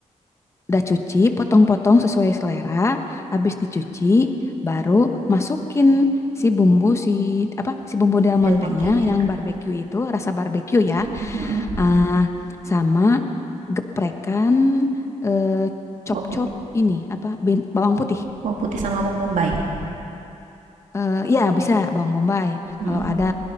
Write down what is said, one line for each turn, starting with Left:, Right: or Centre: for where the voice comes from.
Left: Udah cuci, potong-potong sesuai selera. Abis dicuci, baru masukin si bumbu si apa si bumbu Del
Right: Del
Left: Monte-nya
Right: Montenya,
Left: yang barbecue itu rasa barbecue ya,
Right: mhm mhm,
Left: ah, sama geprekan eh, chop-chop
Right: bawang putih
Left: ini apa bin- bawang putih.
Right: bawang putih sama bawang bombay,
Left: Eh, ya bisa bawang bombay
Right: mhm,
Left: kalau ada